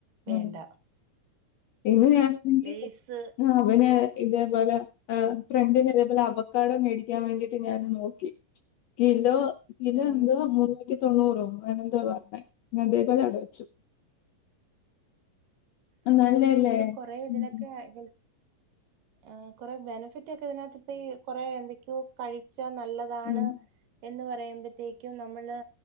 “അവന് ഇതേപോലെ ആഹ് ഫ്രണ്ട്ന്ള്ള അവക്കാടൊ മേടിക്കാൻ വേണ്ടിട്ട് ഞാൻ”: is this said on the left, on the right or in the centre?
Left